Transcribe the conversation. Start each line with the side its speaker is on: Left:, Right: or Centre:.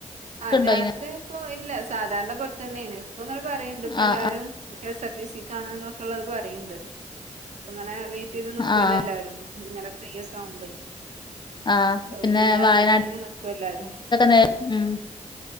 Left: തെരക്ക്ണ്ടോ
Right: ആ രാത്രി
Left: അയിന്
Right: പ്പോ ഇല്ല സാധാരണ പോലെ തന്നെയാണ്. അപ്പൊ ങ്ങനെ പറയണ്ട് ഇപ്പൊ
Left: ആഹ്
Right: എല്ലാരും കെ എസ്ആർ ടി സി കാണ് എന്നൊക്കെള്ളത് പറ യ്ണ്ട് അങ്ങനെ വെയിറ്റ് ചെയ്ത്
Left: ആഹ്
Right: നിക്കുവല്ലേ
Left: ആഹ്
Right: എല്ലാരും ഇങ്ങനെ ഫ്രീ ഒക്കെ ആകുമ്പയെ
Left: ആഹ്
Right: സൗജന്യയാത്രക്കന്നെ
Left: പിന്നെ വയനാട്ട്ക്കൊക്കെ
Right: നിക്കും എല്ലാരും.
Left: നേ ഉം